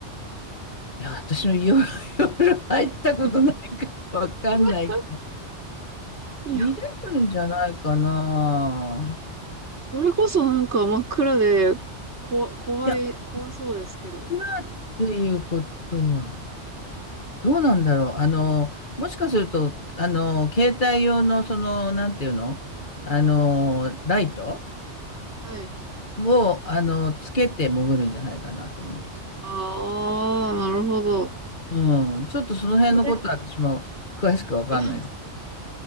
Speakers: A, on the left (about 45°); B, on the right (about 70°).
A: いや、私も夜、<laughs> 夜入ったことないからわかんないけど、
B: うんあいや、
A: 見れるんじゃないかな。
B: それこそなんか真っ暗で、こわ、怖い、
A: いや、お
B: 怖そうですけど。
A: 風呂っていうことはないどうなんだろう。あの、もしかすると、あの、携帯用の、その、なんていうのあの、ライト
B: はい。
A: を、あの、つけて潜るんじゃないかなと思うんですけ
B: ああ、なるほど。
A: ど。うん。ちょっとその辺のことは私も詳しくわかんないです。
B: そうですか